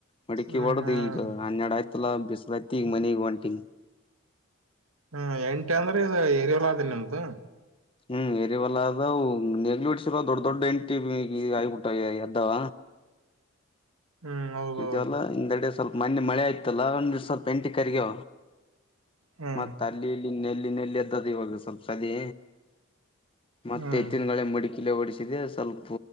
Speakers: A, on the left; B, on the right.
A: ಮಡಕಿ
B: ಹ್ಮ್
A: ಹೊಡದು
B: ಹ್ಮ್
A: ಈಗ ಅನ್ನಡ ಆಯ್ತ್. ಮಲ್ಲ ಬಿಸಲತಿಯಿಗ ಮನೆಗಿ ಒಂಟಿನಿ
B: ಹ್ಮ ಎಂಟ ಅಂದ್ರೆ ಇದ್ ಏರಿಯೋಲ ಆಿಲ್ಲ ನಮ್ದು.
A: ಹ್ಮ್ ಎರಿವಲ್ಲ ಅದ ನೆಗ್ಲೆಟ್ಸರ ದೊಡ್ ದೊಡ್ಡ ಎಂಟಿ ಆಗಬಿಟ್ಟ ಎದ್ದಾವ
B: ಹ್ಮ್ ಹೌದೌದು
A: ಇದವಲ್ಲ ಹಿಂದೆಡೆ ಸ್ವಲ್ಪ ಮೊನ್ನೆ ಮಳೆ ಆಯ್ತಲ್ಲ ಒಂದ್ ಸ್ವಲ್ಪ ಎಂಟಿ ಕರಿಯ.
B: ಹ್ಮ್
A: ಮತ್ ಅಲ್ಲಿ ಇಲ್ಲಿ ಇನ್ನೆಲ್ಲಿ ಇನ್ನೆಲ್. ಎದ್ದದ್ ಈಗ ಸ್ವಲ್ಪ ಸದಿ ಮತ್ತೆ
B: ಹ್ಮ್
A: ಎತ್ತಿನಗಳೆ ಮಡಿಕಿಲೆ ಹೊಡಿಸಿದೆ ಸ್ವಲ್ಪ.